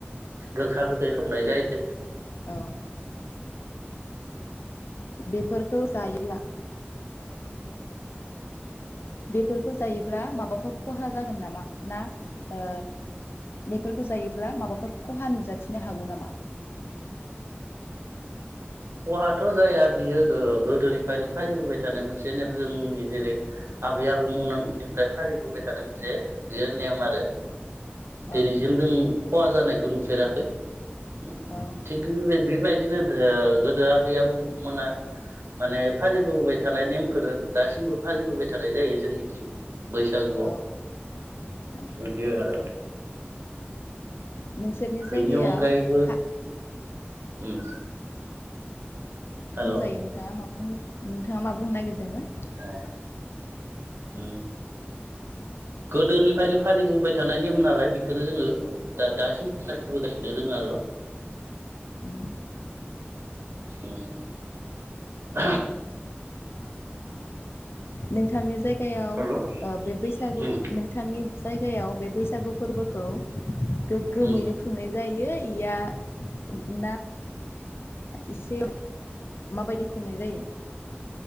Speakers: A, on the right (about 80°); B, on the left (about 65°).
A: गोखा गोखै संनाय जायो।
B: औ। बेफोरखौ जायोब्ला बेफोरखौ जायोब्ला माबाफोर खहा जागोन नामा ना ओ बेफोरखौ जायोब्ला माबाफोर खहा नुजाथिनो हागौ नामा?
A: खहाथ' जाया बियो गोदोनिफ्रायनो फालिबोबाय थानाय मोनसे नेम जोंनि जेरै आबै आबौमोननिफ्राय फालिबोबाय थानाय मोनसे बियो नेम आरो दिनैसिम
B: औ
A: जों खहा जानायखौ नुफेराखै। उम उम
B: औ
A: थिग बिबाय बेबायदिनो दो गोदो आबै आबौमोना माने फालिबोबाय थानाय नेमखोनो दासिमबो फालिबोबाय थानाय जायो जोंनिथिं बैसागुआव
B: औ औ
A: बिदि आरो
B: नोंसोरनि
A: बेनि
B: जायगायाव
A: अनगायैबो
B: खा
A: उम। हेल'
B: बुंजायो नोंथाङा मा बुंनो नोंथाङा मा बुंनो नागिरदोंमोन?
A: ओ उम। गोदोनिफ्रायनो फालिबोबाय थानाय नेम नालाय बेखोनो जोङो दा दासिमबो फालिबोगासिनो दोङो आरो
B: उम
A: उम।
B: नोंथांनि जायगा याव
A: आरो
B: ओ बे बैसागु
A: उम उम
B: नोंथांनि जायगायाव बे बैसा गु फोरबोखौ गोग्गोमैनो
A: उम
B: खुंनाय जायो या ना एसे माबायदि खुंनाय जायो?